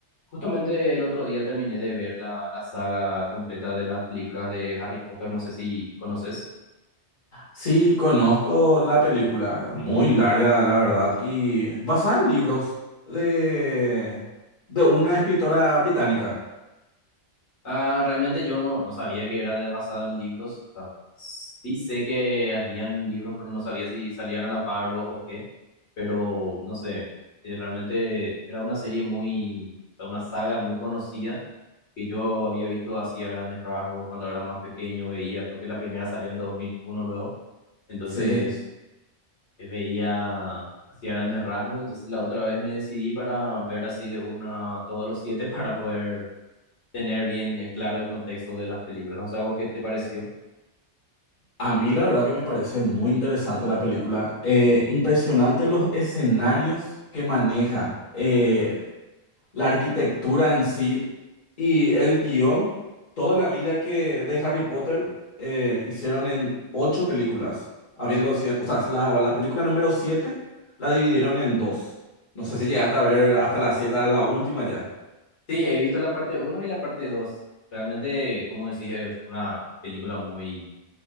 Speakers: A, on the left; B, on the left.
A: Justamente el otro día terminé de ver la, la saga completa de las películas de Harry Potter, no sé si conoces.
B: Sí, conozco la película, muy larga, la verdad, y basada en libros de, de una escritora británica.
A: Ah, realmente yo no, no sabía que era de- basada en libros, o sea, sí sé que habían libros, pero no sabía si salían a la par o, o qué, pero no sé, eh, realmente era una serie muy, o sea, una saga muy conocida que yo había visto así a grandes rasgos cuando era más pequeño, veía, creo que la primera salió en 2001. luego. Entonces
B: Sí,
A: eh, veía así a grandes rasgos, entonces la otra vez me decidí para ver así de una todos los siete <laughs> para poder tener bien en claro el contexto de las películas. O sea, ¿vos qué te pareció?
B: a mí la verdad que me parece muy interesante la película. Eh, impresionante los escenarios que maneja. Eh, la arquitectura en sí y el guión, toda la vida que de Harry Potter eh, hicieron en ocho películas, habiendo sido, o sea, la, la película número siete la dividieron en dos. No sé si llegaste a ver hasta la siete, a la última ya.
A: Sí, he visto la parte uno y la parte 2. Realmente, como decís, es una película muy,